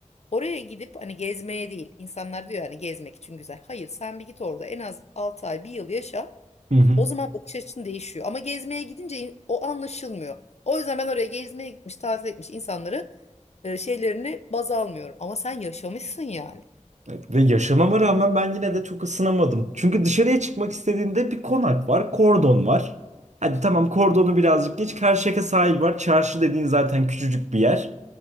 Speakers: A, on the left (about 60°); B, on the right (about 70°).
A: Oraya gidip hani gezmeye değil. İnsanlar diyor hani gezmek için güzel. Hayır sen bir git orada en az 6 ay bir yıl yaşa.
B: Hı hı.
A: O zaman bakış açın değişiyor. Ama gezmeye gidince in- o anlaşılmıyor. O yüzden ben oraya gezmeye gitmiş, tatil etmiş insanları e, şeylerini baz almıyorum. Ama sen yaşamışsın yani.
B: Evet. Ve yaşamama rağmen ben yine de çok ısınamadım. Çünkü dışarıya çıkmak istediğinde bir konak var, kordon var. Hadi tamam kordonu birazcık geç. Karşıyaka sahil var. Çarşı dediğin zaten küçücük bir yer.